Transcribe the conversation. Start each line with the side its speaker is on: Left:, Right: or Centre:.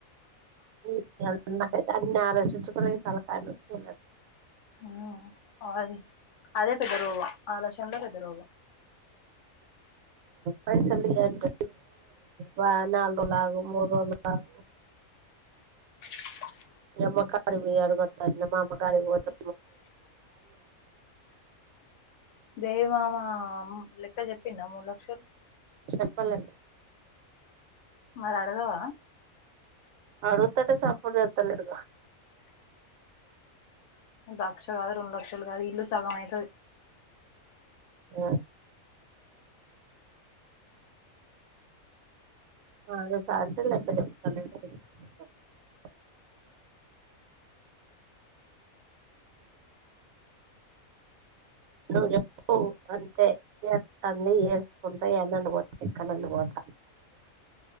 Right: కైతే <unintelligible> అన్ని ఆలోచించుకుంటే తలకాయ నొప్పి
Left: మ్మ్ అది అదే పెద్ద రోగం ఆలోచనలే పెద్ద రోగం <inaudible>
Right: పైసలులుంట వా నాలుగు రోజులు ఆగు మూడులు రోజులు ఆగు
Left: <inaudible>
Right: మీ అమ్మకాడ అడుగుత మా అమ్మ కాడ పొతే
Left: దేవి మామ లెక్క చెప్పిండ మూడు లక్షలు
Right: చెప్పలేదు
Left: మరి అడగవా
Right: అడుగుతటే సప్పుడు జెత్తలేడుగ
Left: లక్ష కాదు రెండు లక్షలు కాదు ఇల్లు సగం అయితది
Right: ఆ ఆ అ సారితక్క చె <unintelligible> నువ్ చెప్పు అంతే ఏడుస్తుంది ఏడుస్కుంటకుంటా ఎన అను పోత ఎక్కన అన్న పోతా